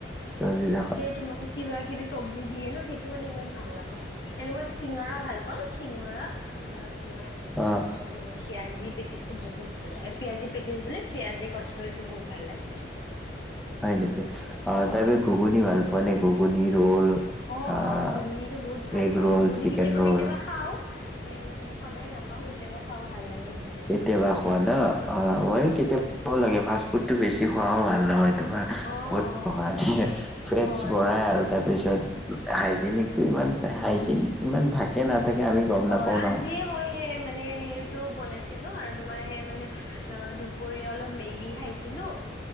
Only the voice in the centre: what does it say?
চব্জি থাক
অ
হয় নেকি? অ',
তাৰপিছত ঘুগুনি ভাল পোৱা নে? ঘুগুনি, ৰোল।
আহ
এগ
ৰোল
চিকেন
ৰোল
কেতিয়াবা খোৱা ন? অ', ময়ো কেতিয়াবা <unintelligible> ফাষ্ট ফুডটো বেছি খোৱাও ভাল নহয় তোমাৰ।
বহুত
অপকাৰ, ফেটছ
বঢ়াই আৰু তাৰপিছত হাইজেনিক ইমান হাইজিন,
ইমান থাকে নাথাকে আমি গম
নাপাওঁ
নহয়।